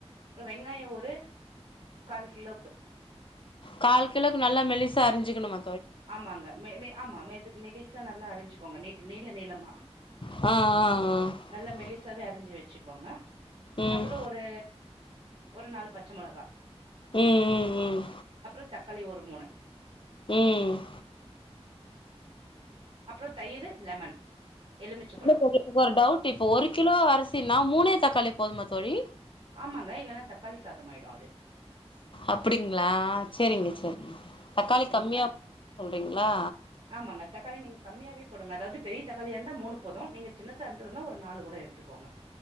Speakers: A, on the right; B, on the left.
A: அப்றம் வெங்காய ஒரு கால் கிலோக்கு
B: கால் கிலோ நல்லா மெலிஸ் அரிஞ்சிக்கணம
A: ஆமாங்க மேபி ஆமா மே து மெலிசா நல்லா அரைஞ்சுக்கோங்க நீட்டு நீள நீளமா
B: ஆ ஆ
A: நல்லா
B: ஆ
A: மெலிசாவே அரிஞ்சு வச்சுக்கோங்க
B: ம்
A: அப்ற ஒரு ஒரு நாலு பச்ச மிளகா
B: ம் ம் ம்
A: அப்ற தக்காளி ஒரு மூணு
B: ம்
A: அப்ற தயிரு லெமன் எலுமிச்ச
B: இல்ல
A: பழோ
B: எனக்கு ஒரு டவுட் இப்ப ஒரு கிலோ அரிசின்னா மூணே தக்காளி போதுமத்தோழி
A: ஆமாங்க இல்லனா தக்காளி சாதமாயிடும் அது
B: அப்டிங்களா சரிங்க சர் தக்காளி
A: சரிங்களா
B: கம்மியா ப் சொல்றீங்களா
A: ஆமாங்க தக்காளி நீங்க கம்மியாவே போடுங்க அதாவது பெரிய தக்காளிய இருந்தா மூணு போது நீங்க சின்ன சார்ந்ததுனா ஒரு நாலு கூட எடுத்துக்கோங்க